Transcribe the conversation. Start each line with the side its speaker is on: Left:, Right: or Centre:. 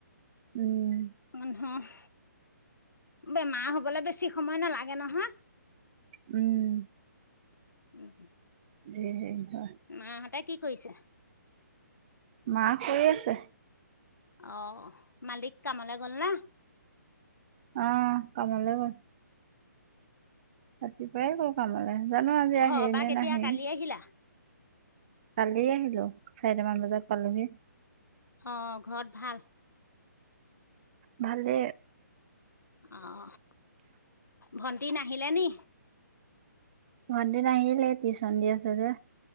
Right: উম
Left: মানহৰ- বেমাৰ হ' বোলে বেছি সময় নালাগে নহয়।
Right: উম।
Left: উম।
Right: <unintelligible>
Left: মাহঁতে কি কৰিছে?
Right: মা শুই আছে।
Left: অ' মালিক কামলে গ'ল না?
Right: অ' কামলে গ'ল। ৰাতিপুৱাই গ'ল কামলৈ। জানো, আজি
Left: ঘৰৰ
Right: আহি
Left: পৰা
Right: নে
Left: কেতিয়া
Right: নাহেই?
Left: কালি আহিলা
Right: কালি আহিলোঁ। চাৰিটামান বজাত পালোহি।
Left: অ', ঘৰত ভাল?
Right: ভালে।
Left: অ', ভন্টি নাহিলে নি?
Right: ভণ্টি নাহিলে। টিউচন দি আছে যে।